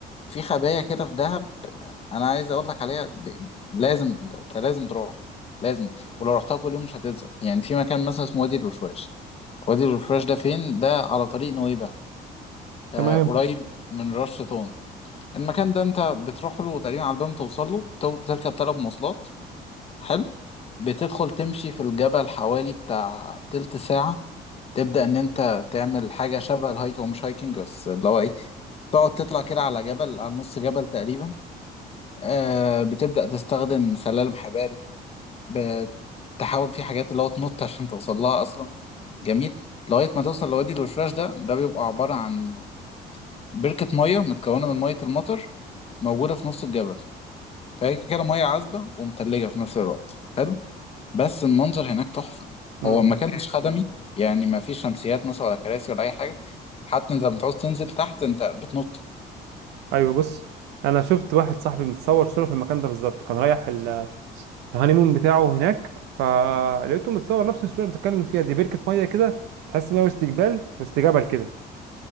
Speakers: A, on the left (about 35°); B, on the right (about 90°).
A: في خبايا كده في دهب انا عايز اقول لك عليها د- لازم انت لازم تروح لازم ولو رحتها كل يوم مش هتزهق يعني في مكان مثلا اسمه وادي الوشواش وادي الوشواش ده فين ده على طريق نويبع آه
B: تمام
A: قريب من رش طون المكان ده انت بتروح له تقريبا على الباب توصل له تو- بتركب ثلاث مواصلات حلو بتدخل تمشي في الجبل حوالي بتاع تلت ساعة تبدأ إن أنت تعمل حاجة شبه الهايك أو مش هايكنج بس اللي هو إيه تقعد تطلع كده على جبل على نص جبل تقريبا آه بتبدأ تستخدم سلالم حبال بتحاول في حاجات اللي هو تنط عشان توصل لها اصلا جميل لغايه ما توصل لوادي الوشواش ده ده بيبقى عباره عن بركه ميه متكونه من ميه المطر موجوده في نص الجبل فهي كده ميه عذبه ومتلجه في نفس الوقت حلو بس المنظر هناك تحفه
B: مم.
A: هو المكان مش خدمي يعني ما فيش شمسيات مثلا ولا كراسي ولا اي حاجه حتى انت لما تعوز تنزل تحت انت بتنط
B: ايوه بص انا شفت واحد صاحبي متصور صوره في المكان ده بالظبط كان رايح ال- الهانيمون بتاعه هناك فلقيته متصور نفس الصوره اللي بتتكلم فيها دي بركه ميه كده تحس ان هو استقبال واستجابه كده